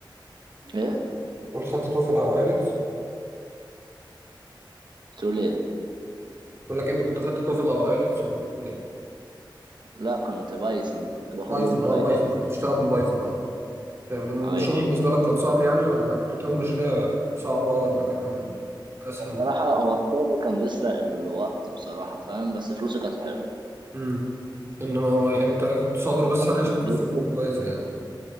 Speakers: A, on the right; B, on the right.
A: ايه
B: بتقول خدت توفل او ايلتس
A: تقول ايه
B: بقول لك انت كنت خدت توفل او ايلتس ولا بتقول ايه
A: لا كنت بايثون كنت باخد
B: بايثون
A: لغة بايثون
B: اه بايثون كنت بشتغل بالبايثون اه تمام إن
A: ايوه
B: الشغل بالنسبه لك كان صعب يعني ولا كنت بتقول مشاريع صعبه ولا كان اسهل
A: بصراحة هو الشغل كان بيسرق الوقت بصراحة فاهم بس فلوسه كانت حلوة
B: امم انما هو يعني انت كنت صابر بس عليه عشان
A: بيسند
B: كان فلوسك كويسه يعني